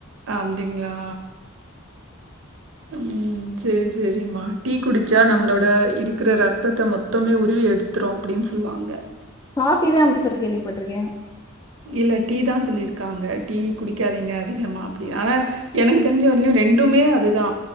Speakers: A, on the right (about 60°); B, on the left (about 15°).
A: அப்படிங்களா உம் சரி சரிம்மா டீ குடிச்சா நம்மளோட இருக்கிற ரத்தத்த மொத்தமே உருவி எடுத்துரும் அப்படின்னு சொல்லுவாங்க
B: காஃபி தா அப்படி சொல்லி கேள்விப்பட்டிருக்கே
A: இல்ல டீ தா சொல்லிருக்காங்க டீ குடிக்காதீங்க அதிகமா அப்படின் ஆனா எனக்கு தெரிஞ்ச வரிலயும் ரெண்டுமே அதுதா